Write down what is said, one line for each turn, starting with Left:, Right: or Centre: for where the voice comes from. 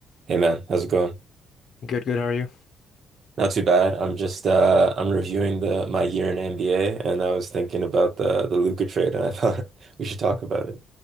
Right: Hey man, how's it going?
Left: Good, good. How are you?
Right: Not too bad. I'm just uh I'm reviewing the my year in NBA and I was thinking about the the Luka trade and I thought <laughs> we should talk about it.